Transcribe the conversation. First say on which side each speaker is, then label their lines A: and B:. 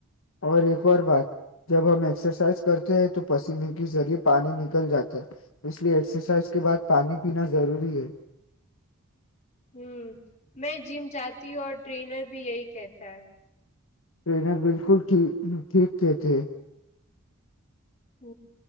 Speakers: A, on the left (about 70°); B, on the left (about 35°).
A: اور ایک اور بات جب ہم ایکسرسائز کرتے ہیں تو پسینے کے ذریعہ پانی نکل جاتا ہے اس لیے ایکسرسائز کے بعد پانی پینا ضروری ہے
B: ہ میں جم جاتی ہوں اور ٹرینر بھی یہی کہتا ہے
A: ٹرینر بالکل ٹھیک کے تھے
B: ہ